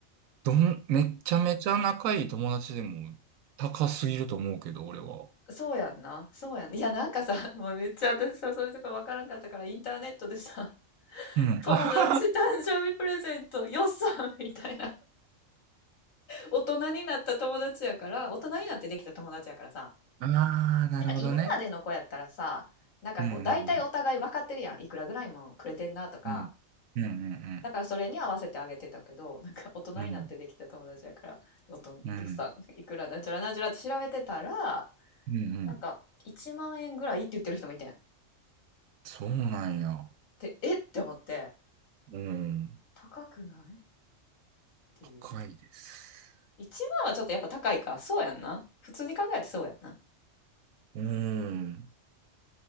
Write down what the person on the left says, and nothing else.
そうやんなそうやんないやなんかさ <laughs> もうめっちゃ私さそういうとこわからんかったからインターネットでさ <laughs>
友達誕生日プレゼント予算みたいな
大人になった友達やから大人になってできた友達やからさ
なんか今までの子やったらさ、なんかこう大体お互い分かってるやん。
いくらぐらいもくれてんなとか。
だからそれに合わせてあげてたけど、なんか大人になってできた友達やから、
よと、
予算いくらなんちゃらなんちゃらって調べてたら、
なんか1万円ぐらいって言ってる人もいてん。
で、えって思って、
高くないっていう。
1万はちょっとやっぱ高いか。そうやんな。普通に考えてそうやんな。